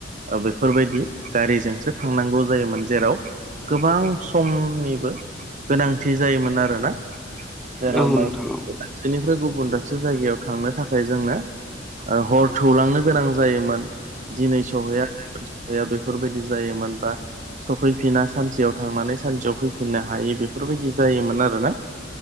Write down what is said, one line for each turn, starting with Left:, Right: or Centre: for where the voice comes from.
Right: ओ बेफोरबायदि गारिजोंसो थांनांगौ जायोमोन जेराव गोबां समनिबो गोनांथि जायोमोन आरोना जेराव
Centre: औ
Right: मा
Centre: नोंथां औ औ
Right: दाबसेनिफ्राय गुबुन दाबसे जायगायाव थांनो थाखाय जोंनो हर थौलांनो गोनां जायोमोन दिनै सहैया सहैया बेफोरबायदि जायोमोन बा सफैफिना सानसेयाव थांनानै सानसेयाव फैफिननो हायि बेफोरबायदि जायोमोन आरोना